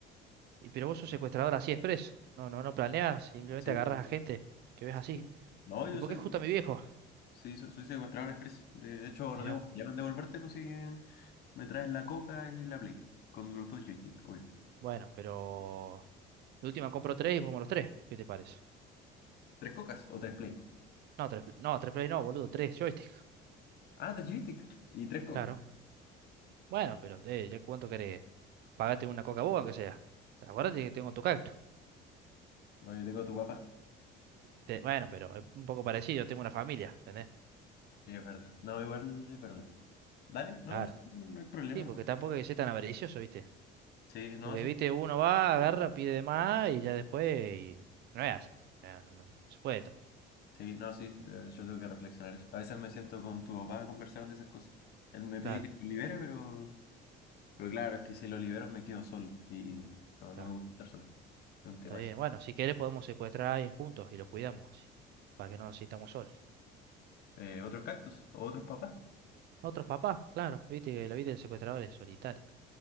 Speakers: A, on the right; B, on the left.
A: Y pero vos sos secuestrador así express. No, no, no planeas, simplemente
B: Sí,
A: agarras a gente que ves
B: sí.
A: así.
B: No, yo
A: ¿Y por
B: soy
A: qué justo a mi viejo?
B: Sí, so- soy, secuestrador expreso. De, de hecho, no
A: Mirá,
B: tengo problema en devolvértelo si eh, me traes la coca y la play. Con los dos joysticks, obvio.
A: bueno, pero de última compro tres y jugamos los tres. ¿Qué te parece?
B: ¿Tres cocas o tres play?
A: No, tres, pl- no, tres play no, boludo, tres joystick.
B: Ah, tres joysticks y tres cocas.
A: Claro. Bueno, pero eh, ya cuánto querés. Pagate una Coca-Cola, que sea. Acuérdate que tengo tu cactus.
B: Bueno, yo tengo a tu papá.
A: Te- bueno, pero es un poco parecido, tengo una familia, ¿entendés?
B: Sí, es verdad. No, igual es verdad. Dale, no,
A: Claro.
B: sí, no, no hay problema.
A: Sí, porque tampoco hay que ser tan avaricioso, ¿viste?
B: Sí, no,
A: Porque,
B: sí.
A: viste, uno va, agarra, pide de más y ya después y no es así. No, no, no, se puede todo.
B: Sí, no, sí. de- Yo tengo que reflexionar eso. A veces me siento con tu papá a conversar de esas cosas. Él me
A: Claro,
B: pide que lo libere, pero, pero claro, es que si lo libero me quedo solo. Y no, no
A: claro.
B: me gusta estar solo. Es un tema
A: Está bien.
B: eso.
A: Bueno, si quieres podemos secuestrar a alguien juntos y lo cuidamos así, para que no nos sintamos solos.
B: Eh, ¿otros cactus? ¿O otros papás?
A: Otros papás, claro. Viste que la vida del secuestrador es solitaria.